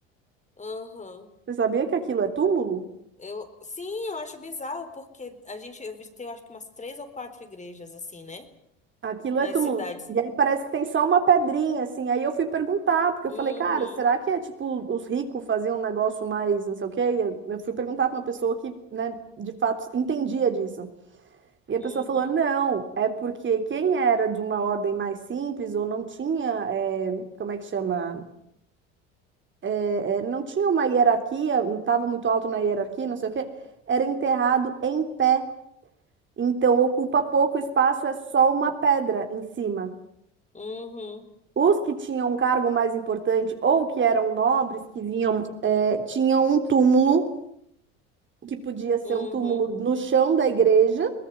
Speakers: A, on the left; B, on the right.
A: aham.
B: Você sabia que aquilo é túmulo?
A: Eu, sim, eu acho bizarro, porque a gente, eu visitei, eu acho que umas três ou quatro igrejas, assim, né?
B: Aquilo
A: Nas
B: é túmulo.
A: cidades.
B: E aí parece que tem só uma pedrinha, assim. Aí eu fui perguntar, porque eu
A: Uhum,
B: falei, cara, será que é tipo os ricos faziam um negócio mais não sei o quê? E Eu eu fui perguntar pra uma pessoa que, né, de fato entendia disso. E a
A: uhum,
B: pessoa falou: não, é porque quem era de uma ordem mais simples ou não tinha, eh, como é que chama? Eh, eh, não tinha uma hierarquia, não estava muito alto na hierarquia, não sei o quê, era enterrado em pé. Então ocupa pouco espaço, é só uma pedra em cima.
A: uhum.
B: Os que tinham um cargo mais importante ou que eram nobres, que vinham, eh, tinham um túmulo que podia ser
A: Uhum,
B: um túmulo no chão da igreja